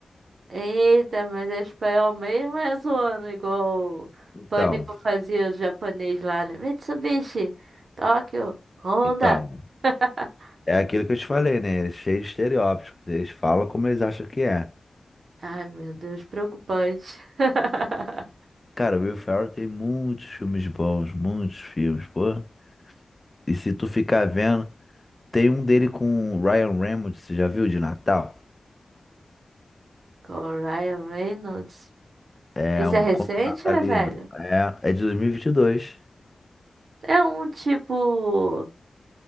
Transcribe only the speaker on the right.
Eita, mas é espanhol mesmo, é zoando igual o
Pânico fazia o japonês lá, né? Mitsubishi, Tóquio, Honda.
<laughs>
Ai, meu Deus, preocupante. <laughs>
Com o Ryan Reynolds.
Esse
é recente
ou é velho?
É um tipo.